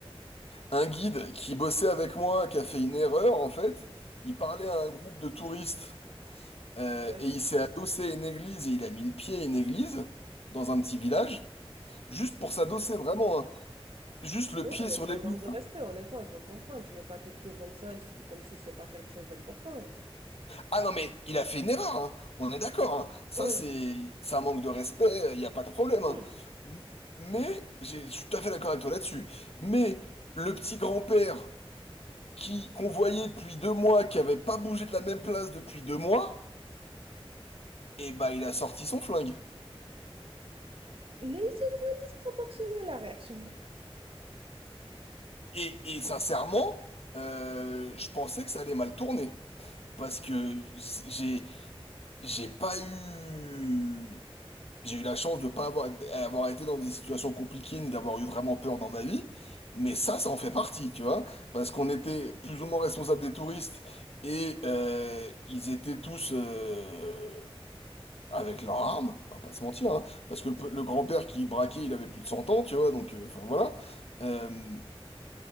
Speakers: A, on the left; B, on the right.
A: un guide qui bossait avec moi, qui a fait une erreur, en fait. Il parlait à un groupe de touristes, euh,
B: Ouais.
A: et il s'est adossé à une église, et il a mis le pied à une église, dans un petit village. Juste pour s'adosser, vraiment. hein. Juste le
B: Ouais,
A: pied
B: mais
A: sur
B: c'est
A: l'église.
B: un manque de respect,
A: hein.
B: honnêtement, je le comprends. Tu mets pas tes pieds comme ça, c'est- comme si c'est pas quelque chose d'important.
A: Ah non, mais il a fait une erreur. hein. On est d'accord. hein. Ça,
B: oui
A: c'est c'est un manque de respect. Il n'y a pas de problème.
B: ouais.
A: hein. M- Mais, j'ai- je suis tout à fait d'accord avec toi là-dessus. Mais le petit grand-père qui qu'on voyait depuis deux mois, qui avait pas bougé de la même place depuis deux mois, eh ben, il a sorti son flingue.
B: légèrement disproportionnée la réaction.
A: Et, et sincèrement, euh, je pensais que ça allait mal tourner. Parce que c'est- j'ai j'ai pas eu. J'ai eu la chance de pas avoir, avoir été dans des situations compliquées ni d'avoir eu vraiment peur dans ma vie. Mais ça, ça en fait partie, tu vois. Parce qu'on était plus ou moins responsables des touristes et euh, ils étaient tous euh, avec leurs armes, on va pas se mentir. hein. parce que le, pe- le grand-père qui braquait, il avait plus de 100 ans, tu vois. Donc, euh, enfin voilà. Euh,